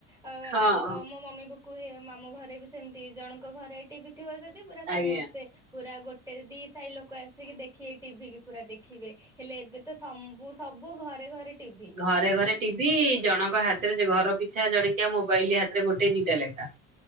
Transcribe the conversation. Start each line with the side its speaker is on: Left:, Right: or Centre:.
Centre: ଅ ବ
Right: ହଁ
Centre: ତାଙ୍କ ମୋ ମମି ବି କୁହେ। ଏ ମାମୁଁ ଘରେ ବି ସେମିତି ଜଣଙ୍କ ଘରେ ଟିଭି ଥିବ ଯଦି ପୁରା
Right: ଆଜ୍ଞା।
Centre: ସମସ୍ତେ ପୁରା ଗୋଟେ ଦି ସାହି ଲୋକ ଆସିକି ଦେଖିବେ ଟିଭି କି ପୁରା ଦେଖିବେ। ହେଲେ ଏବେ ତ ସମ୍ବୁ ସବୁ ଘରେ ଘରେ ଟିଭି।
Right: ଘରେ ଘରେ ଟିଭି ଜଣଙ୍କ ହାତରେ ଯେ ଘର ପିଛା ଜଣିକିଆ ମୋବାଇଲ ହାତରେ ଗୋଟେ ଦିଇଟା ଲେଖା।